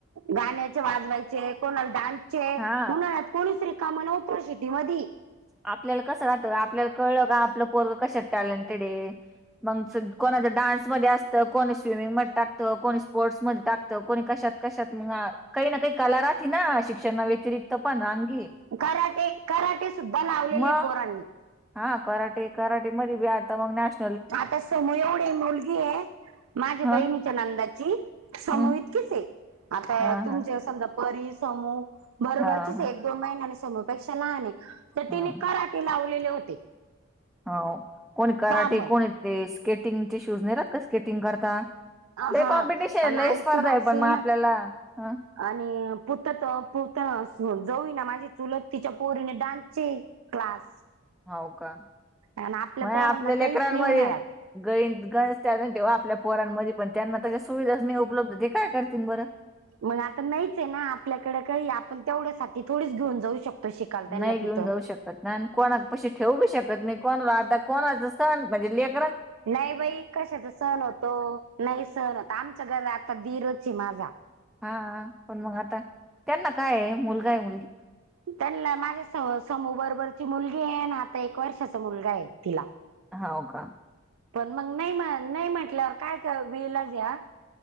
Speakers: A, on the right; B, in the centre.
A: गाण्यांचे, वाजवायचे, कोणाला डान्सचे
B: हा
A: उन्हाळ्यात कोणीच रिकाम न्हवत सिटी मधी.
B: आपल्याला कसं राहत. आपल्याला कळलं का, आपलं पोरग कशात टॅलेंटेड आहे. मग कोणाच्या डान्समध्ये अस तर कोणी स्विमिंग मध्ये टाकतं, कोणी स्पोर्ट्स मध्ये टाकत. कोणी कशात कशात मग, काही ना काही कला राहती ना, शिक्षण ना व्यतिरिक्त पण आंगी.
A: कराटे, कराटे सुद्धा लावलेले
B: मग
A: पोरांनी.
B: हा. कराटे कराटे मध बी, आता मग नॅश
A: आता समू एवढी मुलगी ये. माझ्या
B: ह
A: बहिणीच्या नंदाची समू
B: हम्
A: इतकीच ये. आता
B: हा
A: तुमचा
B: हा
A: समजा, परी, समू बरोबरचीच
B: हा हा
A: हाय, एक दोन महिन्याने समूपेक्षा लहान आहे. तर
B: हा
A: तिने कराटे, ते लावलेले होते.
B: हो. कोणी कराटे
A: पहा मग
B: कोणी ते, स्केटिंगचे शूज न रात का स्केटिंग करता. हे
A: हा
B: कॉम्पिटिशनलास
A: आणि आईची
B: स्पर्धा
A: भाषा
B: आहे. पण मग आपल्याला
A: ना
B: अं.
A: आणि पुत त पुत जाऊ ये ना, माझी चुलत तिच्या पोरीने डान्सची. क्लास.
B: हो का,
A: आणि
B: मग
A: पोरांना
B: आपल्या
A: काहीच
B: लेकरांनमध्ये.
A: नाही उन्हाळ्यात
B: <unintelligible> टॅलेंट आपल्या पोरांमध्ये पण, त्यांना तशा सुविधाच नाही उपलब्ध ते काय करतील बरं.
A: मग आता नाहीच येना, आपल्याकडे काही आपण तेवढ्यासाठी थोडीच घेऊन जाऊ शकतो. शिकायला त्यांना
B: नाही घेऊन
A: तिथं
B: जाऊ शकत नाही, आणि कोणापाशी ठेवू बी शकत नाही, कोणा आता कोणाचा सण म्हणजे लेक
A: नाही बाई कशाचा सण होतो, नाही सण होतं. आमचा घरात आता दीर चं ये माझा.
B: हा.. हा.. पण मग आता त्यांना काय आहे. मुलगा आहे की मुलगी.
A: त्यांना माझ्या स समू बरोबरची मुलगी ये, आणी आता एक वर्षाचा मुलगा आहे तिला.
B: होव कां.
A: पण मग नाही, म्ह नाही म्हंटल्यावर काय विलाच आ.